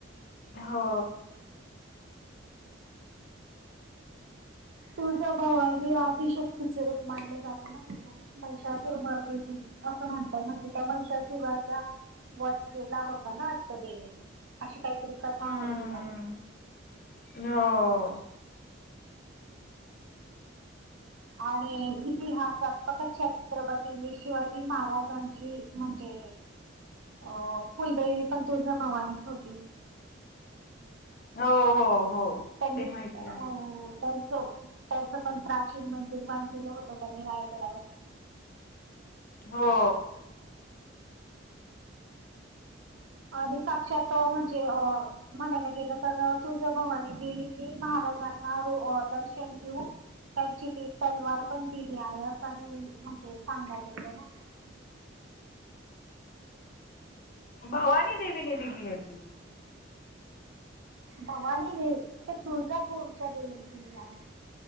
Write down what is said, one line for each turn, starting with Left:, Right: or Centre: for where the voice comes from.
Left: हो.
Right: तुझा भावा हे आदिशक्तीचे रूप मानलं जातं ना तिथ. महिश सुरमर दिली असं म्हणतात म्हणजे त्या महिशा शभचा वध केला होता ना. दे अशी काहीतरी कसा
Left: हम्म
Right: होती पण
Left: हो.
Right: आणि इतिहासात फत छत्रपती शिवाजी महाराजांची म्हणजे अ कुलदेवी पण तुळजाभवानीच होती.
Left: हो हो.
Right: त्यांनी
Left: ते माहिती
Right: अं
Left: आहे
Right: त्यांच त्यांचं पण प्राचीन मंदिर बांधलेलं होतं त्यांनी रायगडावर.
Left: हो.
Right: आणि साक्षात म्हणजे अ म्हणायला गेलं तर तुळजाभवानी देवींनी महाराजांना दर्शन देऊन त्यांची ती तलवार पण दिली आहे असं ह म्हजे सांगण्यात येत ना.
Left: भवानी देवीने दिली होती.
Right: भवानी हे ते तुळजापूरच्या देवीने दिली आहे.